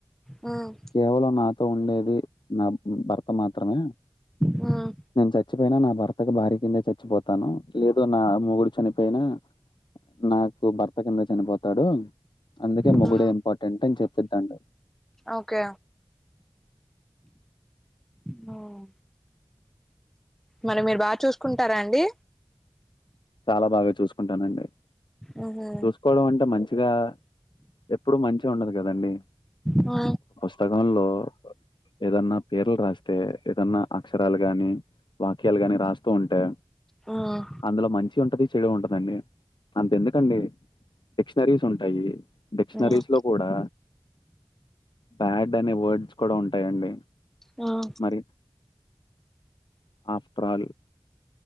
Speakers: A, in the centre; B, on the left.
A: మ్మ్
B: కేవలం నాతో ఉండేది, నా భర్త మాత్రమే,
A: మ్మ్
B: నేను చచ్చిపోయినా నా భర్తకు భార్య కిందే చచ్చిపోతాను, లేదు నా మెుగుడు చనిపోయినా, నాకు భర్త కిందే చనిపోతాడు, అందుకే మొగుడే
A: మ్మ్
B: ఇంపార్టెంట్ అని చెప్పిద్దండి,
A: ఓకే, మ్మ్ మరి మీరు బా చూసుకుంటారా అండి?
B: చాలా బాగా చూసుకుంటానండి,
A: మ్హు
B: చూసుకోవడం అంటే మంచిగా, ఎప్పుడు మంచే ఉండదు కదండి,
A: ఆ
B: స్తకంలో ఏదన్నా పేర్లు రాస్తే, ఏదన్నా అక్షరాలు గాని, వాక్యాలు గాని రాస్తూ ఉంటే,
A: మ్మ్
B: అందులో మం చి ఉంటది చెడు ఉంటదండి, అంత ఎందుకండి డిక్షనరీస్ ఉంటాయి, డిక్షనరీస్
A: మ్మ్
B: లో కూడా బ్యాడ్ అనే వర్డ్స్ కూడా ఉంటాయండి
A: మ్మ్
B: మరి ఆఫ్ట్రాల్